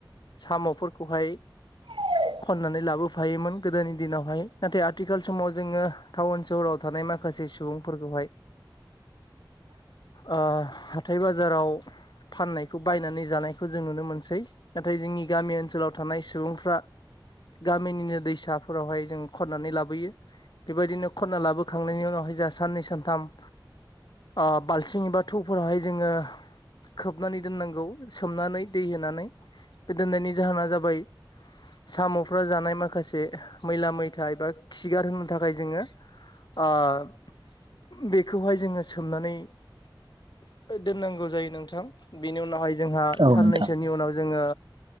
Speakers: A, on the left (about 60°); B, on the right (about 75°).
A: साम'फोरखौहाय
B: <unintelligible>
A: खननानै लाबोफायोमोन गोदोनि दिनावहाय नाथाय आथिखाल समाव जोंङो टाउन सहराव थानाय माखासे सुबुं फोरखौहाय ओ हाथाय बाजार बाजाराव फाननायखौ बायनानै जानायखौ जों नुनो मोनसै। नाथाय जोंनि गामि ओनसोलाव थानाय सुबुंफ्रा गामिनिनो दैसाफोरावहाय जों खननानै लाबोयो। बेबायदिनो खनना लाबोखांनायनि उनावहाय जोंहा साननै सानथाम, ओ बाल्थिं एबा थौफोरावहाय जोंङो खोबनानै दोननांगौ सोमनानै दै होनानै बे दोननायनि जाहोना जाबाय साम'फ्रा जानाय माखासे मैला मैथा एबा खिगार होनो थाखाय जोंङो ओ बेखौहाय जोंङो सोमनानै दोननांगौ। नांगौ जायो नोंथां बेनि उनावहाय जोंहा
B: औ
A: साननैसोनि
B: नोंथां
A: उनाव जोंङो